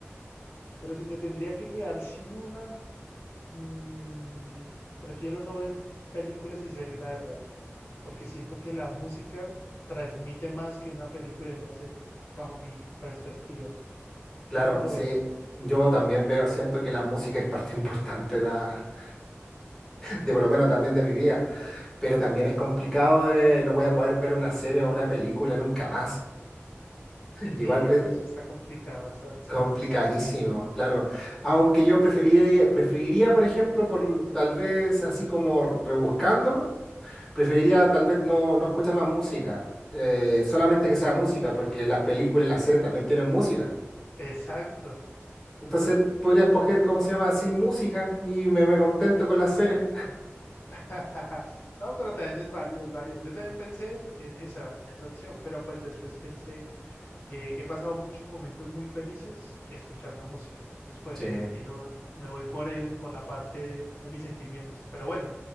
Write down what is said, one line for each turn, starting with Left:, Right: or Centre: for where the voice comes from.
Left: Pero si me tendría que quedar sin una, mm, prefiero no ver películas y series, la verdad, porque siento que la música transmite más que una película y una serie, bajo mi perspectiva.
Centre: claro,
Left: ¿Tú cómo lo
Centre: sí.
Left: ves?
Centre: Yo también veo, siento que la música es parte <laughs> importante de, la, de por lo menos también de mi vida, pero también es complicado de no voy a poder ver una serie o una película nunca más.
Left: Sí,
Centre: Igual, eh,
Left: no, eso está complicado esas opciones.
Centre: Complicadísimo, claro. Aunque yo preferiría, preferiría, por ejemplo, por tal vez así como rebuscándolo, preferiría tal vez no, no escuchar más música, eh, solamente que sea música, porque las películas y las series también tienen música.
Left: Exacto.
Centre: Entonces p- podría escoger, ¿cómo se llama? Sin música y me, me contento con las series.
Left: <laughs> No, pero también es válido, es válido. Yo también pensé en esa, en esa opción, pero pues después pensé que he pasado muchos momentos muy felices escuchando música. Entonces, pues
Centre: Sí.
Left: prefiero, me voy por el- por la parte de, de mis sentimientos. Pero bueno,